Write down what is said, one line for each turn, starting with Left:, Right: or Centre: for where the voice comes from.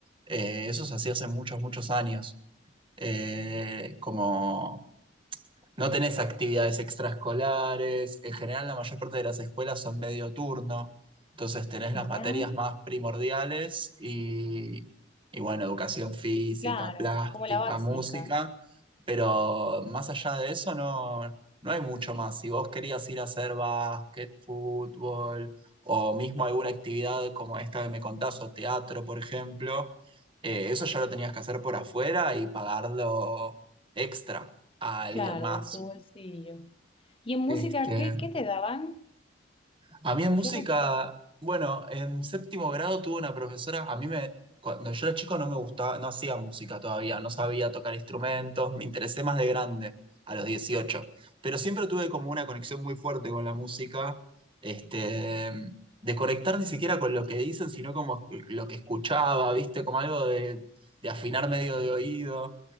Right: Eh, eso se hacía hace muchos, muchos años. Eh, como no tenés actividades extraescolares. En general, la mayor parte de las escuelas son medio turno. Entonces tenés las materias
Left: ya,
Right: más primordiales y, y bueno, educación física,
Left: claro,
Right: plástica,
Left: como la básica,
Right: música. Pero más allá de eso, no, no hay mucho más. Si vos querías ir a hacer básquet, fútbol o mismo alguna actividad como esta que me contás, o teatro, por ejemplo, eh, eso ya lo tenías que hacer por afuera y pagarlo extra a alguien
Left: claro,
Right: más.
Left: de tu bolsillo. ¿Y en música
Right: Este,
Left: qué, qué te daban?
Right: a mí en música,
Left: ¿Qué recuerdas?
Right: bueno, en séptimo grado tuve una profesora, a mí me, cuando yo era chico no me gustaba, no hacía música todavía, no sabía tocar instrumentos, me interesé más de grande, a los dieciocho pero siempre tuve como una conexión muy fuerte con la música, este, de conectar ni siquiera con lo que dicen, sino como lo que escuchaba, ¿viste? Como algo de, de afinar medio de oído.